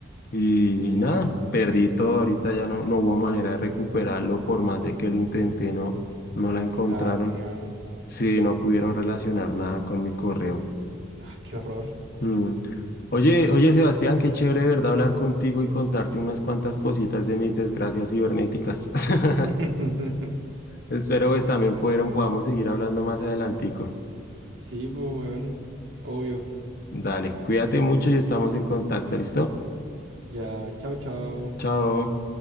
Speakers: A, on the left; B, on the right.
A: Y,
B: Sí.
A: y nada, perdí todo,
B: pues,
A: ahorita ya no, no hubo manera de recuperarlo, por más de que lo intenté, no, no la encontraron,
B: qué lástima.
A: sí, no pudieron relacionar nada con mi correo.
B: Ah, qué horror.
A: Mm. Oye, oye Sebastián, qué chévere, ¿verdad? Hablar contigo y contarte unas cuantas cositas de mis desgracias cibernéticas. <laughs>
B: <laughs>
A: Espero pues también pudieron, podamos seguir hablando más adelantico.
B: Sí, pues bueno. Obvio.
A: Dale, cuídate mucho y estamos en contacto, ¿listo?
B: Ya, chao, chao.
A: Chao.